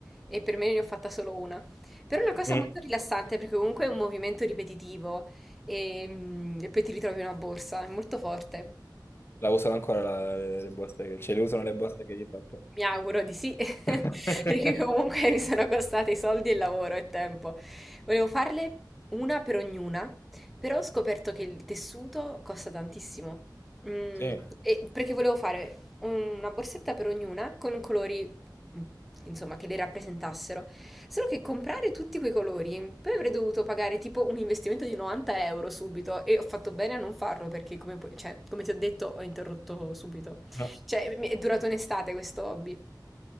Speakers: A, in the centre; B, on the left.
A: e per me ne ho fatta solo una. Però è una cosa
B: Mm.
A: molto rilassante perché comunque è un movimento ripetitivo e, mm, e poi ti ritrovi una borsa, è molto forte.
B: La usano ancora la- le, le buste che... Cioè, le usano le buste che gli ho fatto.
A: Mi auguro di sì, <laughs>
B: <laughs>
A: perché comunque mi sono costati soldi e lavoro e tempo. Volevo farle una per ognuna, però ho scoperto che il tessuto costa tantissimo. Mm,
B: Sì,
A: e perché volevo fare una borsetta per ognuna con colori, mm, insomma, che le rappresentassero. Solo che comprare tutti quei colori, poi avrei dovuto pagare tipo un investimento di 90 euro subito e ho fatto bene a non farlo perché, come, pu- cioè, come ti ho detto, ho interrotto subito.
B: No.
A: Cioè, mi- è durato un'estate questo hobby.